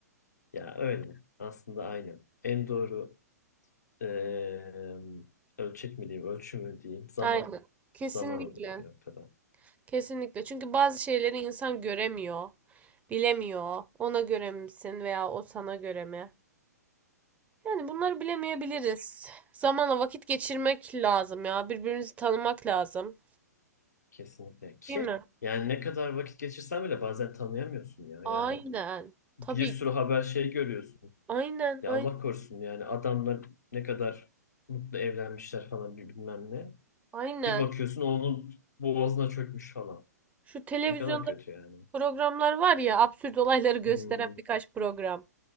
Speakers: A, on the left; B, on the right.
A: Ya öyle. Aslında aynen. En doğru eee, ölçek mi diyeyim, ölçü mü diyeyim zaman.
B: Aynen. Kesinlikle.
A: Zaman oluyor bir noktada.
B: Kesinlikle. Çünkü bazı şeyleri insan göremiyor, bilemiyor. Ona göre misin veya o sana göre mi? Yani bunları bilemeyebiliriz. Zamanla vakit geçirmek lazım ya. birbirinizi tanımak lazım.
A: Kesinlikle. Ki
B: Değil mi?
A: yani ne kadar vakit geçirsen bile bazen tanıyamıyorsun ya.
B: Aynen.
A: Yani bir
B: Tabii.
A: sürü haber şey görüyorsun.
B: Aynen,
A: Ya
B: aynen,
A: Allah korusun yani adamlar ne kadar mutlu evlenmişler falan bir bilmem ne.
B: aynen.
A: Bir bakıyorsun onun boğazına çökmüş falan.
B: Şu televizyonda
A: Ne kadar kötü yani.
B: programlar var ya, absürt olayları gösteren
A: Hmm.
B: birkaç program.